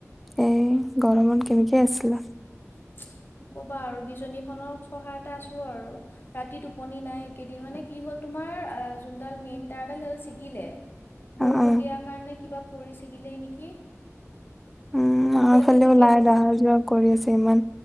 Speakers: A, in the centre; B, on the left.
A: এই গৰমত কেনেকে আছিলা।
B: <inaudible> নক'বা আৰু বিছনী খনৰ সহাইত এটা আছো আৰু, ৰাতি টোপনি নাই, একেদিন মানে কি হ'ল তোমাৰ যোনডাল মেইন তাৰডাল, সেইডাল ছিগিলে।
A: অ
B: বৰষুণ
A: অ
B: দিয়াৰ কাৰণে কিবা পৰি ছিগিলেই নেকি।
A: উম',
B: এতিয়ালৈকে
A: আমাৰ ফালে
B: ঠিকেই
A: ও লাইট
B: কৰোৱা
A: অহা
B: নাই।
A: যোৱা কৰি আছে, ইমান